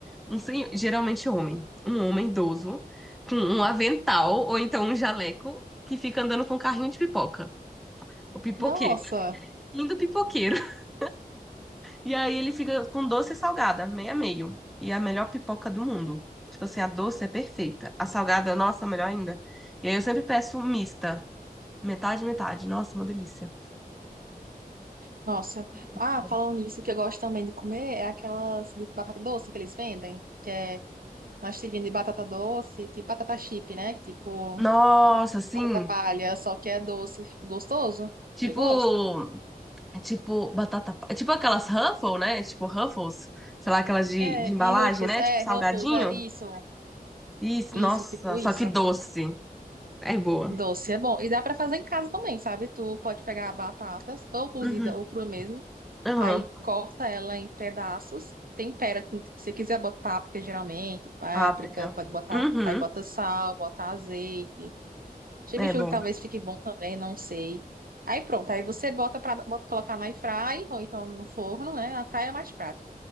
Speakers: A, in the centre; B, on the right.
A: um senhor, geralmente homem, um homem idoso com um avental ou então um jaleco que fica andando com um carrinho de pipoca. O pipoqueiro,
B: Nossa,
A: lindo pipoqueiro. <laughs> E aí ele fica com doce e salgada, meio a meio. E é a melhor pipoca do mundo. Tipo assim, a doce é perfeita. A salgada, nossa, melhor ainda. E aí eu sempre peço mista. Metade, metade. Nossa, uma delícia.
B: nossa.
A: Uma Delícia.
B: Ah, falando nisso, o que eu gosto também de comer é aquelas de batata doce que eles vendem, que é uma tirinha de batata doce, tipo batata chip, né? Tipo
A: Nossa, assim,
B: batata palha, só que é doce, gostoso.
A: tipo,
B: Eu gosto.
A: tipo batata, é tipo aquelas Ruffles, né? Tipo Ruffles, sei lá, aquelas de,
B: É,
A: de embalagem,
B: e Ruffles,
A: né?
B: é,
A: Tipo salgadinho.
B: Ruffles, é isso,
A: Isso,
B: isso,
A: nossa,
B: tipo
A: só
B: isso.
A: que doce. É boa.
B: Doce é bom. E dá pra fazer em casa também, sabe? Tu pode pegar batatas, ou cozida
A: Uhum.
B: ou crua mesmo.
A: Aham.
B: Aí corta ela em pedaços, tempera com o que você quiser botar páprica, geralmente, páprica,
A: Páprica.
B: pode botar,
A: Uhum.
B: aí bota sal, bota azeite. Chimichurri
A: É bom.
B: talvez fique bom também, não sei. Aí pronto, aí você bota para bota colocar na air fry ou então no forno, né? A fry é mais prático.